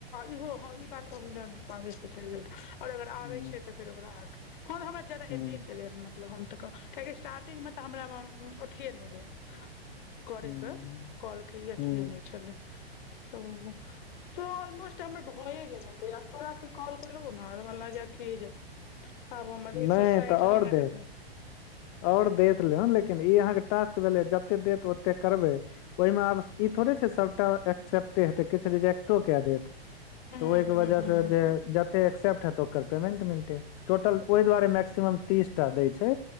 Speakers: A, on the left (about 55°); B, on the left (about 35°).
A: इहो हँ ई बात त <unintelligible> <unintelligible> आओर अगर आबे
B: हूँ
A: छै त फेर ओकरा आ ह त फोन हमरा जादा
B: हूँ
A: एबे केले ह हम त कहब कियकि स्टार्टिंग मे त हमरा अथिए नहि रहै करे
B: हूँ
A: क काॅल के अथिए
B: हूँ
A: नहि छलै त त अलमोस्ट हमर भए गेल हेतै आब तोरा से कॉल केलो न हमरा लागय ये की जे आब हमर एक
B: नहि
A: सौ साइठ
B: तऽ आओर
A: मिनट
B: दे
A: भेल
B: आओर देत लेन लेकिन ई अहाँके टास्क भेलै जते देत ओते करबै ओय मे आब ई थोड़े छै सभटा एक्सेप्टे हेतै किछु रिजेक्टो कए देत
A: हूँ
B: त ओय के
A: हूँ हूँ
B: वजहसँ
A: हूँ
B: जे जते एक्सेप्ट हेतै ओकर पेमेंट मिलतै टोटल ओय दुआरे मैक्सिमम तीसटा दैय छै